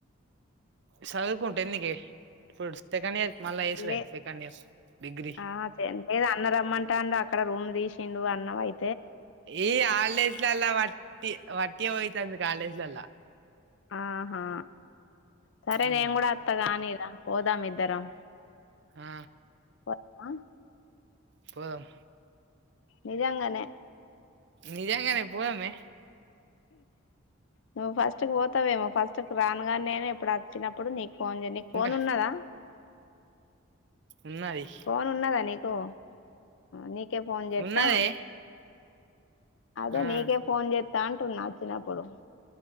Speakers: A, on the right (about 55°); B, on the left (about 65°).
A: చదువుకుంటే ఎందుకే ఇప్పుడు సెకండ్ ఇయర్ మళ్ళా వేసుడే
B: లే
A: కదా సెకండ్ ఇయర్ డిగ్రీ
B: ఆ చెయండి లేదు అన్న రమ్మంటాడు అక్కడ రూమ్ విషిండు అన్న వయ్
A: ఈ హల్డేస్లలా వట్టి వట్టి అయితంది కాలేజెలలో
B: ఆహా సరే
A: మ్మ్
B: నేను కూడా వత్తగాని పోదాం ఇద్దరం
A: ఆ
B: పో ఆ
A: పోదాం
B: నిజంగానే
A: నిజంగానే పోదమే
B: నువ్వు ఫస్ట్ కు పోతావేమో ఫస్ట్ రానుగా నేను ఇప్పుడు వచ్చినప్పుడు నీ ఫోన్ జేయానికి నీకు ఫోన్
A: ఇంకా
B: ఉన్నదా
A: ఉన్నది
B: ఫోన్ ఉన్నాదా నీకు నీ కె ఫోన్ చేతా
A: ఉన్నదే
B: అదే
A: ఆ
B: నీకే నీకే ఫోన్ చేస్తా అంటున్న ఆచ్చినప్పుడు